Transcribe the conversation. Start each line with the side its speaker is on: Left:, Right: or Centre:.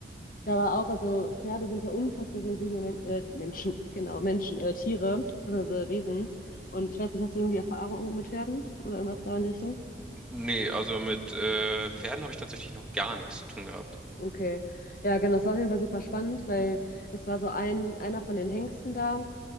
Left: da war auch, also Pferde sind ja unfassbar sensible Men äh, Menschen, genau, Menschen, äh, Tiere, beziehungsweise Wesen. Und ich weiß nicht, hast du irgendwie Erfahrung mit Pferden oder irgendwas da in die Richtung?
Centre: Nee, also mit äh, Pferden habe ich tatsächlich noch gar nichts zu tun gehabt.
Left: Okay, ja, genau, das war auf jeden Fall super spannend, weil es war so ein, einer von den Hengsten da,